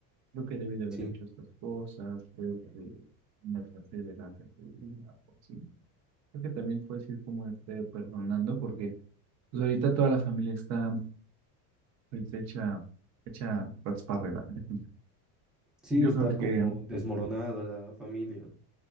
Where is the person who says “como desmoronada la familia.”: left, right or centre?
Centre